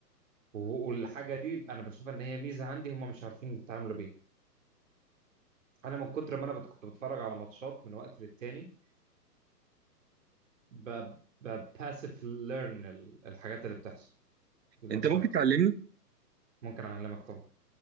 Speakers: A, on the right; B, on the right.
A: وهو- والحاجة دي أنا بشوف إن هي ميزة عندي هم مش عارفين يتعاملوا بيها أنا من كتر ما أنا بت- كنت بتفرج على ماتشات من وقت للتاني ب- بباسف ليرن الحاجات اللي بتحصل في الماتشات
B: انت ممكن تعلمني
A: ممكن اعلمك طبعا